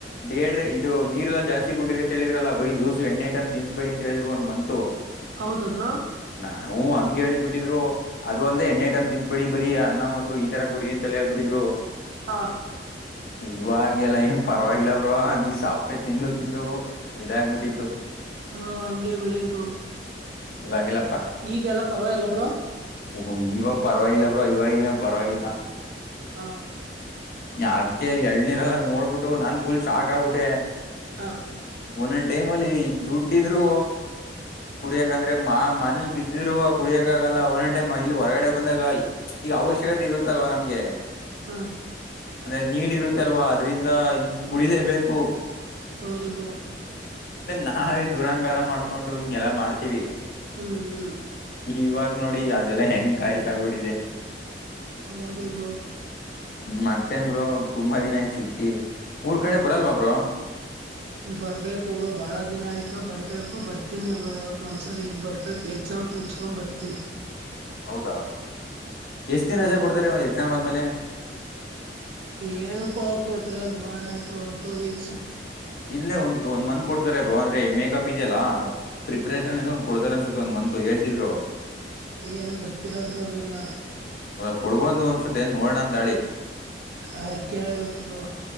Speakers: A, on the left; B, on the right.
A: ಬೇಡ್ರ ಇದು ನೀರೆಲ್ಲಾ ಜಾಸ್ತಿ ಕೊಟ್ಟಿರಿ ಅಂತ ಹೇಳಿದ್ರಲ್ಲಾ ಬರೀ ಜ್ಯೂಸ್ ಎಣ್ಣೆ ಇಟ್ ಅಂತ ತಿನ್ಸಬೇಡಿ ಅಂತ ಹೇಳಿದಿರು ಒಂದ ಮಂತು
B: ಹೌದಬ್ರಾ
A: ನ್ ಹಂಗಂಗೆ ಹೇಳಿ ಬಿಟ್ಟಿದ್ರು ಅದ ಅಲ್ಲದೆ ಎಣ್ಣ ಟಮ್ ತಿನ್ ಬಿಡಿ ಬರಿ ಅನ್ನಮ್ಮ ಮೊಸರು ಈ ತರ ಕುಡಿ ಅಂತಲ ಬಿಡಿದ್ರೋ
B: ಹ
A: ಇವಾಗೆಲ್ಲ ಏನ್ ಪರವಾಗಿಲ್ಲ ಬ್ರೋ ನೀ ಸಾಪ್ಪೆ ತಿಂದು ತಿಂದು ಇದಾಗಬಿಟ್ಟಿತ್ತು
B: ಹಾ ಹಂಗಗೆ ಬಿಡವರು
A: ಇವಾಗೆಲ್ಲ
B: ಈಗೆಲ್ಲಾ ಪರವಾಗಿಲ್ಲಬ್ರ
A: ಓ್ ಇವಾಗ ಪರವಾಗಿಲ್ಲ ಬ್ರೋ ಇವಾಗ ಏನ ಪರವಾಗಿಲ್ಲ
B: ಹ
A: ಅದ್ಗೆ ಎಳ್ನೀರ್ಲ್ಲ ನೋಡ್ಬಿಟ್ಟು ನಾನ್ ಫುಲ್ ಶಾಕ್ ಆಗ್ಬಿಟ್ಟೆ
B: ಹಾ
A: ಒಂದೊಂದ್ ಟೈಮ್ ಅಲ್ಲಿ ದುಡ್ಡ ಇದ್ರು ಕುಡಿಯಕ ಅಂದ್ರೆ ಮಾ ಮನೇಲಿ ಬಿದ್ದಿರುವ ಕುಡಿಯಕಾಗಲ್ಲ ಅವನ್ಂಟೆ ಇಲ್ಲಿ ಹೊರಗಡೆ ಬಂದಾಗ ಈಗ ಅವಶ್ಯಕತೆ ಇರುತ್ತಲ್ವಾ ನಮ್ಗೆ
B: ಹಾ
A: ಅಂದ್ರೆ ನೀಡಿ ಇರುತ್ತೆ ಅಲ್ವಾ ಅದ್ರಿಂದ ಹಂಗ ಕುಡಿದೇ ಬೇಕು
B: ಹೌದು ಬ್ರೋ
A: ನಾವೇ ದೂರಾಂಗಾರ ಮಾಡ್ಕೊಂಡು ಹಿಂಗೆಲ್ಲ ಮಾಡ್ತೀವಿ
B: ಹ್ಮ್ ಹ್ಮ್
A: ಇವಾಗ ನೋಡಿ ಅದೆಲ್ಲಾ ಹೆಂಗ್ ಕಾಯಷ್ಟ ಆಗ್ಬಿಟ್ಟಿದೆ
B: ಹೌದು ಹೌದು
A: ಮತ್ತೇನ್ ಬ್ರೋ ತುಂಬಾ ದಿನ ಆಯ್ತ್ ಸಿಕ್ಕಿ ಊರ್ ಕಡೆ ಬರಲ್ವಾ ಬ್ರೋ
B: ಬರ್ಬೇಕು ಬ್ರೋ ಬಾಳ ದಿನ ಆಯ್ತು ಬರ್ಬೇಕು ಬರ್ತೀನಿ ಬ್ರೋ ಯಾವಾಗ ಒಂದ್ಸರಿ ಈಗ್ ಬರ್ಬೇಕು ಎಕ್ಸಾಮ ಮುಗಿಸ್ಕೊಂಡ್ ಬರ್ತೀಿ
A: ಹೌದಾ ಎಷ್ಟ ದಿನ ರಜೆ ಕೊಡ್ತಾರೆ ಎಕ್ಸಾಮ್ ಆದ್ಮೇಲೆ
B: ಏನ್ ಪ ಕೊಟ್ರಿ ಒಂದು್ ವಾರ ಟು ಟೂ ವೀಕ್ಸ್
A: ಇಲ್ಲೇ ಒಂತ ಒಂದ ಮಂತ್ ಕೊಡ್ತಾರೆ ಬ್ರೋ ಅಂದ್ರ ಮೇಕಕಪ್ ಇದೆಯಲ್ಲ ಪ್ರಿಪರೇಷನ್ ಅ ಒಂದ ಕೊಡ್ತಾರೆ ಅನ್ಸುತ್ತೆ ಒಂದ್ ಮಂತತ್ ಹೇಳ್ತಿ ಬ್ರೋ
B: ಏನು ಗೊತ್ತಿಲ್ಲ ಬ್ರೋ ಅವೆಲ್ಲ
A: ಕುಡ್ಬೊ್ ಒನ್ಸತ ಏನ್ ನೋಡಣ ಅಂತಳಿ
B: ಹ ಕೇಳಬೇಕು ಬ್ರೋ